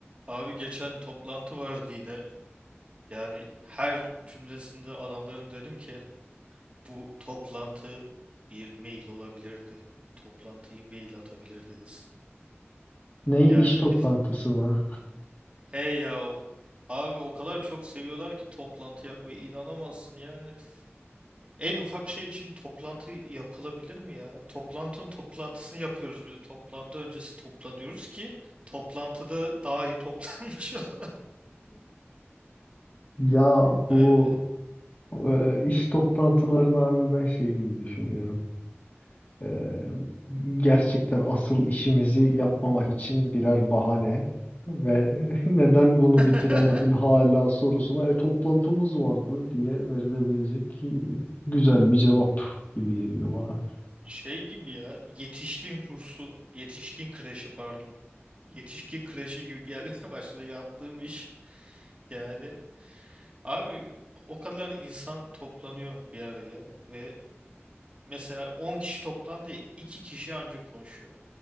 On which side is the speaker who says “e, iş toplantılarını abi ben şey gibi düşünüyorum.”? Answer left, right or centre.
Left